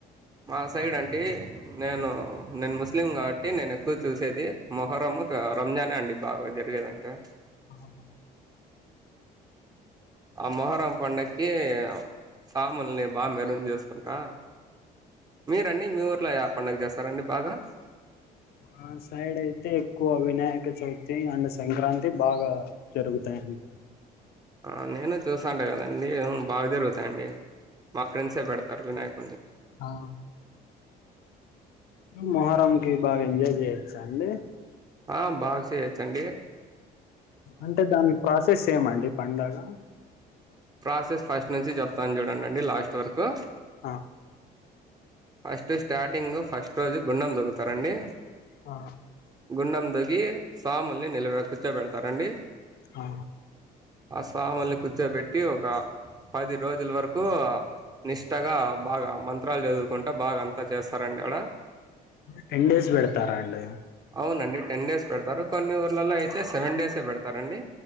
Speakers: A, on the right; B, on the left.
A: మా సైడ్ అంటే నేను నేను ముస్లిం గబట్టి నేను ఎక్కువ చూసేది మొహరం రంజానే అండి బాగా జరిగేదంటే
B: ఆ <inaudible>
A: ఆ మొహరం పండక్కి సాముల్ని బాగా మెరుగు జేసుకుంటా మీరండి మీ ఊర్లో ఏ పండుగ జేస్తారండి బాగా
B: మా సైడ్ అయితే ఎక్కువ వినాయక చవితి అండ్ సంక్రాంతి బాగా జరుగుతాయండి
A: <inaudible> నేను చూసాంటే కదండి బాగా జరుగుతాయండి మా ఫ్రెండ్సే పెడతారు వినాయకు
B: ఆ మొహరం కి బాగా ఎంజాయ్ జేయొచ్చా అండి
A: ఆ బాగా చెయొచ్చండి
B: అంటే దాని ప్రాసెస్ ఏమండి పండుగ
A: ప్రాసెస్ ఫస్ట్ నుంచి జేప్తాను చూడండి లాస్ట్ వరకు
B: ఆ
A: ఫస్ట్ స్టార్టింగ్ ఫస్ట్ రోజు గుండం దొగుతారండి
B: ఆ
A: గుండం తోగి సాముల్ని నిల కూర్చోబడతారండి
B: ఆ
A: ఆ సాముల్ని కూర్చోబెట్టి ఒక పది రోజుల వరకు నిష్టగా బాగా మంత్రాలు చదువు కుంటా బాగా అంతా చేస్తారండి ఆడ
B: టెన్ డేస్ బెడతారా అండి
A: అవునండి టెన్ డేస్ పెడతారు కొన్ని ఊర్లలో అయితే సెవెన్ డేసే పెడతారండి